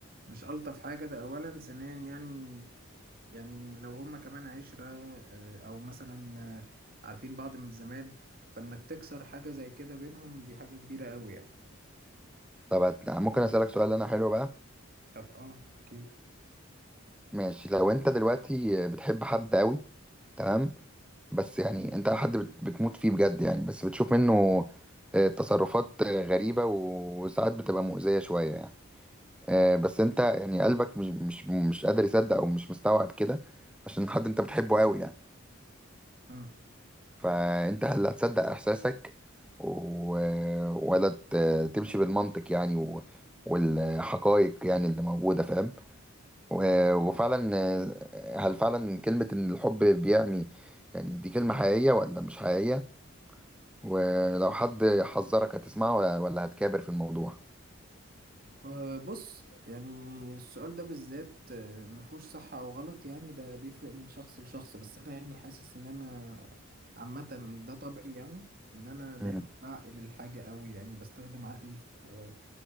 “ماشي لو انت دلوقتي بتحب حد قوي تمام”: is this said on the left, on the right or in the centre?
Centre